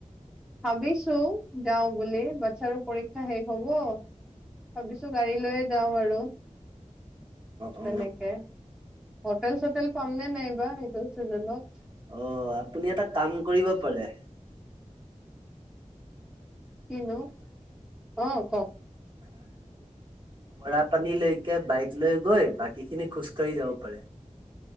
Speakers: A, in the centre; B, on the right.
A: ভাবি চো যাওঁ বুলি বাচ্ছাৰো পৰীক্ষা। সেই শেষ হব ভাবিছো গাড়ী লৈয়ে যাওঁ আৰু।
B: অ
A: তেনেকে হোটেল চোটেল পামনে নাইবা সেইটো। একদম ৰাইত। <unintelligible>
B: অ, আপুনি এটা কাম কৰিব পাৰে।
A: কিনো? অ কওক।
B: মৰা পানী লৈকে বাইক লৈ গৈ বাকী খিনি খোজ কঢ়ি যাব পাৰে।